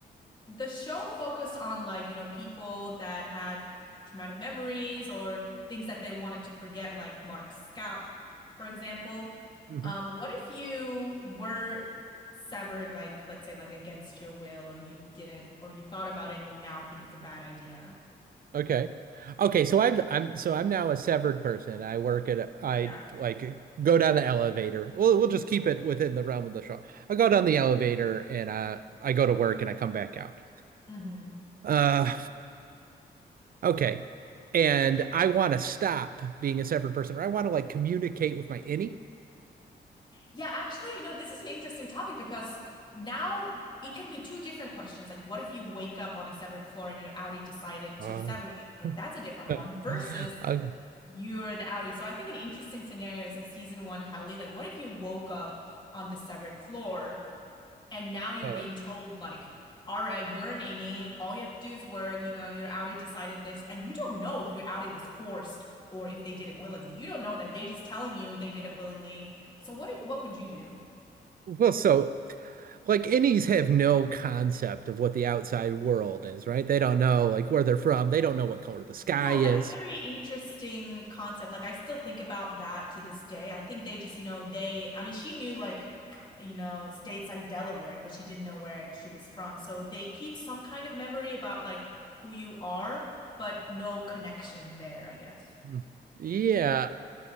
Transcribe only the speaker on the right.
Mhm.
okay, okay. So I've, I'm so I'm now a severed person. I work at a, I
like go down the elevator. Well, we'll just keep it within the realm of the show. I go down the elevator and I I go to work and I come back out.
Uh, okay. And I want to stop being a severed person, or I want to like communicate with my innie.
Oh.
<laughs>
Uh,
Uh,
well, so like innies have no concept of what the outside world is, right? They don't know like where they're from. They don't know what color the sky
is.
Hmm. Yeah.